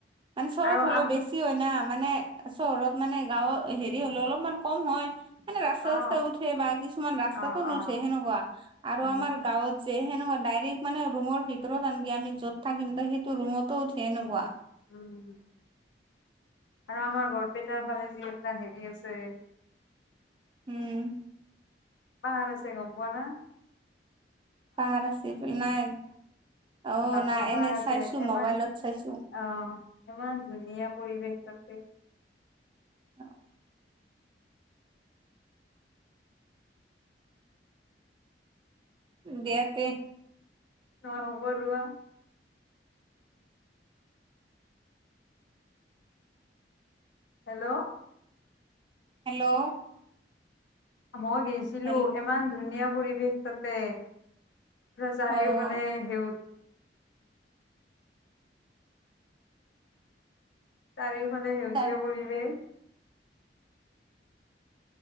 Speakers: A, on the right; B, on the left.
A: মানে চৰত
B: আৰু
A: হ'লেও
B: আম
A: বেছি হয় না। মানে চহৰত মানে গাঁওৰ হেৰি হলেও অলপমান কম হয়। এনে ৰাস্তা
B: অ
A: ঠাত্তা উঠে বা কিছুমান ৰাস্তাতো
B: অ
A: নুঠে
B: অ
A: সেনেকুৱা আৰু
B: উম
A: আমাৰ গাঁৱত সেনেকুৱা ডাইৰেক্ট মানে ৰুমৰ ভিতৰত আনকে আমি য'ত থাকিম সেইটো ৰুমতো উঠে সেনেকুৱা।
B: উম আৰু আমাৰ বৰপেটাৰ ফালে যি এটা হেৰি আছে।
A: উম।
B: পাহাৰ আছে গম পোৱা না।
A: পাহাৰ আছে নাই। অ',
B: বাঁকৰ
A: নাই
B: পাহাৰ
A: এনে
B: আছে
A: চাইছো
B: ইমান
A: মোবাইলত চাইছো
B: আহ ইমান ধুনীয়া পৰিৱেশ। তাকে
A: অ, দিয়াতে
B: অ <inaudible> হেল্ল',
A: হেল্ল',
B: মই গেইছিলো
A: হেল
B: ইমান ধুনীয়া পৰিৱেশ তাতে। চাৰিওফালে
A: অ',
B: সেউজীয়া চাৰিওফালে সেউজীয়া
A: তাৰ
B: পৰিৱেশ।